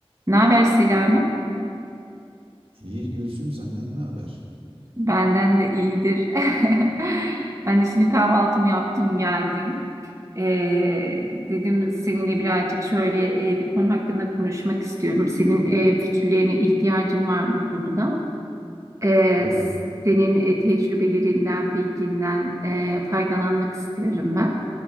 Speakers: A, on the right; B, on the right.
A: Ne haber Selami?
B: İyi Gülsüm senden ne haber?
A: Benden de iyidir. <laughs> Ben de şimdi kahvaltımı yaptım geldim. Ee, dedim seninle birazcık şöyle e, bir konu hakkında konuşmak istiyorum. Senin e, fikirlerine ihtiyacım var bu konuda. Ee,
B: Ya,
A: senin e, tecrübelerinden, bilginden e, faydalanmak istiyorum ben.